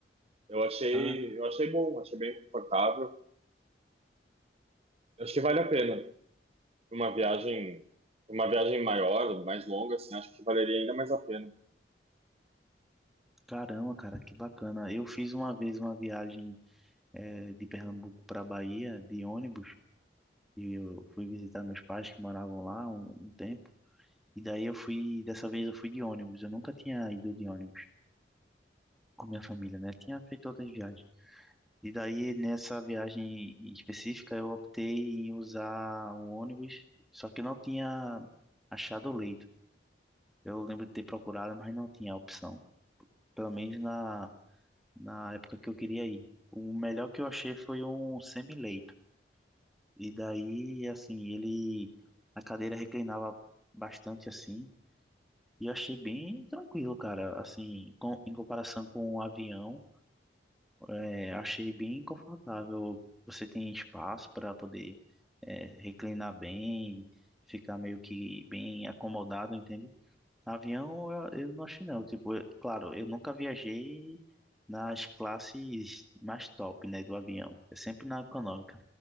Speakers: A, on the right (about 35°); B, in the centre.
A: Eu achei,
B: Ah,
A: eu achei bom, achei bem confortável. Eu acho que vale a pena. Uma viagem, uma viagem maior, mais longa, assim, acho que valeria ainda mais a pena.
B: caramba, cara, que bacana. Eu fiz uma vez uma viagem eh, de Pernambuco para Bahia de ônibus e eu fui visitar meus pais que moravam lá um um tempo. E daí eu fui, dessa vez eu fui de ônibus. Eu nunca tinha ido de ônibus. com minha família, né? Tinha feito outras viagens. E daí, nessa viagem específica, eu optei em usar o ônibus, só que eu não tinha achado o leito. Eu lembro de ter procurado, mas não tinha opção. Pelo menos na, na época que eu queria ir. O melhor que eu achei foi um semi-leito. E daí, assim, ele... A cadeira reclinava bastante, assim. E eu achei bem tranquilo, cara. Assim, com, em comparação com o avião É, achei bem confortável. Você tem espaço para poder é, reclinar bem, ficar meio que bem acomodado, entende? Avião, eu, eu não achei não. Tipo, eu- claro, eu nunca viajei nas classes mais top, né, do avião. É sempre na econômica.